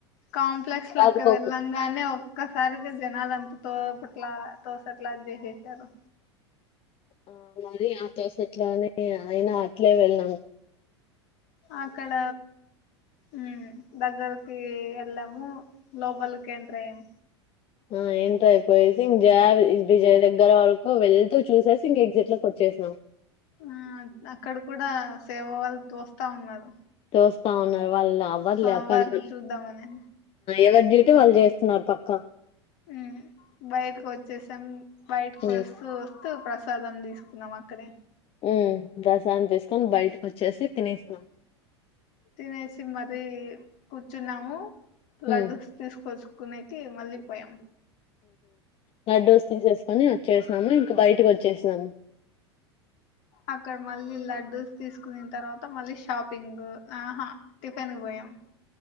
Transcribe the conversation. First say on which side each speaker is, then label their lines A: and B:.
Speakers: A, on the left (about 60°); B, on the left (about 40°).
A: కాంప్లెక్స్ లోకి
B: రాజగోపురం
A: వెళ్ళంగానే ఒక్కసారిగా జనాలు అంత తో పట్లా తోసట్లా అది చేససారు
B: ఆ మరి ఆ టోస్ట్లాని అయినా అట్లే వెళనాం
A: అక్కడ ఉ దగ్గరకి ఎలము లోపాలక్ ఏంట్రాయం
B: ఆ ఎంత అయిపోయిసింగ్ గేద్ ఇదిచేయడం దగ్గర వరకు వెళ్తూ చూసేసి ఇంక ఎగ్జిక్ట్ లోకి వచ్చేసాం
A: ఆ అక్కడ కూడా సేవ వాళ్ళు తోస్తా ఉన్నారు
B: చూస్తా ఉన్నారు వాళ్ళు ఎవర్లేపోయిన
A: స్వామివారిని చూద్దామని
B: ఎవరు డ్యూటీ వాళ్ళు చేస్తున్నారు పక్క
A: మ్మ్ బయటకు వచ్చేసాం బయటకు
B: ఉమ్
A: వస్తూ వస్తూ ప్రసాదం తీసుకున్నాం అక్కడే
B: ఉ దర్శనం చేయకుని బయటకి వచ్చేసి తినేసినం
A: తినేసి మరీ కూర్చున్నాము లడ్డుస్
B: ఉమ్
A: తీసుకొచ్చు కునైతే మళ్ళీపోయాం
B: లడ్డుస్ తీసేసుకొని వచ్చేసినాము ఇంకా బయటకి వచ్చేసినాము
A: అక్కడ మళ్ళీ లడ్డూస్ తీసుకున తర్వాత మళ్ళీ షాపింగ్ ఆహా టిఫిన్ కీ పోయాం